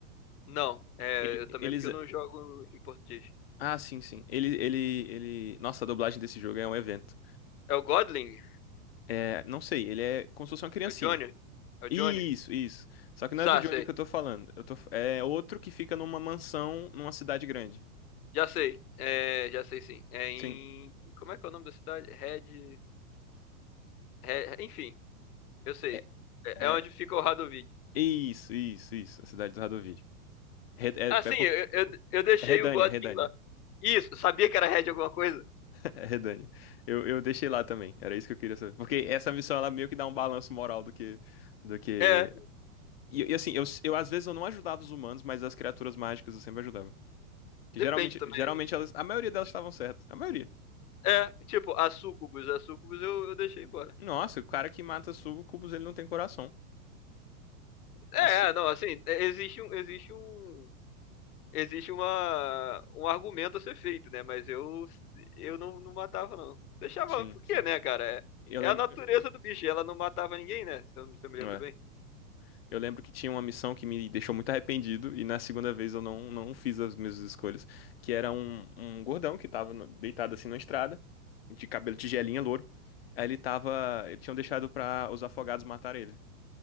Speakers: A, on the left (about 90°); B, on the left (about 45°).
A: Não, é,
B: Ele-
A: eu também,
B: eles.
A: porque eu não jogo em português.
B: Ah, sim, sim. Ele, ele, ele. Nossa, a dublagem desse jogo é um evento.
A: É o Godling?
B: É, não sei, ele é como se fosse uma criancinha.
A: É o Johnny? É o
B: Isso,
A: Johnny?
B: isso. Só que
A: Sá,
B: não é do Johnny
A: sei.
B: que eu tô falando. Eu tô... É outro que fica numa mansão numa cidade grande.
A: Já sei. É, já sei sim. É em.
B: Sim.
A: Como é que é o nome da cidade? Red. Re- Enfim, eu sei.
B: É,
A: É
B: é...
A: é onde fica o Radovid.
B: Isso, isso, isso. A cidade do Radovid. Re- É,
A: Ah, sim,
B: é porque.
A: eu, eu, eu deixei
B: É Redânia,
A: o Godwin
B: Redânia.
A: lá.
B: <laughs>
A: Isso, sabia que era Red alguma coisa?
B: É Redânia. Eu, eu deixei lá também. Era isso que eu queria saber. Porque essa missão, ela meio que dá um balanço moral do que, do que
A: É,
B: E, e assim, eu, eu às vezes eu não ajudava os humanos, mas as criaturas mágicas eu sempre ajudava. Que
A: depende
B: geralmente,
A: também.
B: geralmente
A: né?
B: elas, a maioria delas estavam certas. A maioria.
A: É, tipo, a Sucubus, a Sucubus eu, eu deixei embora.
B: Nossa, o cara que mata sucubus, ele não tem coração. A
A: É,
B: su-
A: é, não, assim, é, existe um, existe um, existe uma, um argumento a ser feito, né? Mas eu, eu não, não matava, não. Deixava,
B: Sim,
A: por
B: sim.
A: quê, né, cara? É,
B: Eu lembro,
A: é a natureza do bicho, ela não matava ninguém, né? Se eu, se eu me lembro
B: é.
A: bem.
B: eu lembro que tinha uma missão que me deixou muito arrependido e na segunda vez eu não, não fiz as mesmas escolhas, que era um, um gordão que tava no- deitado assim na estrada, de cabelo tigelinha louro. Aí ele tava, eles tinham deixado pra os afogados matar ele.